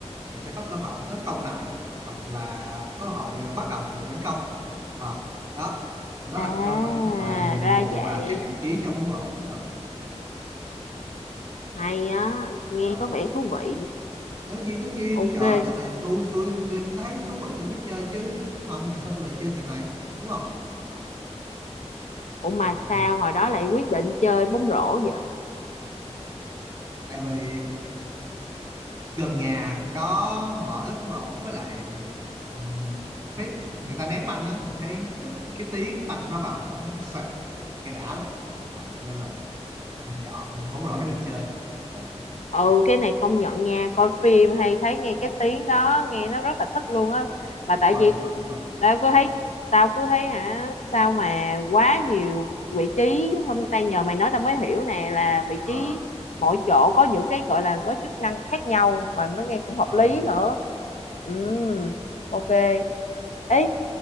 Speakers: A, on the right (about 25°); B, on the left (about 85°).
A: thì sẽ có cơ hội tấn công lại hoặc là cơ hội bắt đầu cuộc phản công Ờ, đó đó
B: à
A: là cơ bản và nhiệm
B: ra
A: vụ
B: vậy
A: và các vị trí trong bóng rổ Ờ,
B: hay á nghe
A: ờ,
B: có vẻ thú vị
A: tất nhiên tất nhiên
B: ok
A: trời ơi, trò này tôi tôi tôi thấy nó thú vị tôi mới chơi chứ không thì sao tôi lại chơi trò này đúng không
B: ủa mà
A: ok
B: sao hồi đó lại quyết định chơi bóng rổ vậy
A: tại vì gần nhà có mở lớp bóng rổ với lại ừm, thấy người ta ném banh á mình thấy thích cái tiếng banh nó vào rổ thì cái xoẹt nghe đã lắm à, cho nên là mình chọn bóng rổ để mình chơi Ờ,
B: ừ cái này công nhận nha coi phim hay thấy nghe cái tiếng đó nghe nó rất là thích luôn á mà tại
A: đúng rồi
B: vì
A: đúng rồi đúng rồi
B: tao cứ thấy tao cứ thấy hả sao mà quá nhiều vị trí hôm nay nhờ mày nói tao mới hiểu nè là vị
A: Ờ,
B: trí mỗi chỗ có những cái gọi là có chức năng khác nhau mà nó nghe cũng hợp
A: đúng rồi
B: lý
A: đúng rồi,
B: nữa ừ
A: đúng rồi.
B: ok ấy